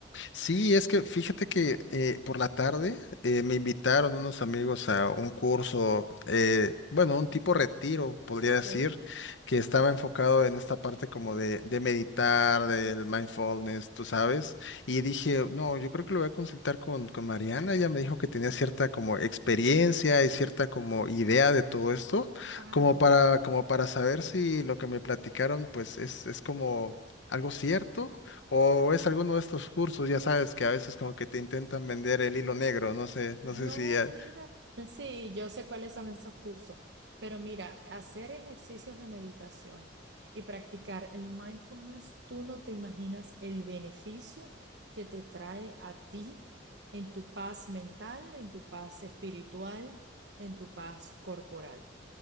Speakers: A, on the left; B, on the right.
A: Sí, es que fíjate que eh, por la tarde eh, me invitaron unos amigos a un curso, eh, bueno, un tipo retiro, podría
B: Ok.
A: decir, que estaba enfocado en esta parte como de, de meditar, del mindfulness, tú sabes, y dije, no, yo creo que lo voy a consultar con, con Mariana, ella me dijo que tenía cierta como experiencia y cierta como idea de todo esto,
B: Ah,
A: como para, como para saber si lo que me platicaron pues es, es como algo cierto o es alguno de estos cursos, ya sabes, que a veces como que te intentan vender el hilo negro, no sé, no
B: no,
A: sé si... eh,
B: mira. <laughs> Sí, yo sé cuáles son esos cursos, pero mira, hacer ejercicios de meditación y practicar el mindfulness, tú no te imaginas el beneficio que te trae a ti en tu paz mental, en tu paz espiritual, en tu paz corporal.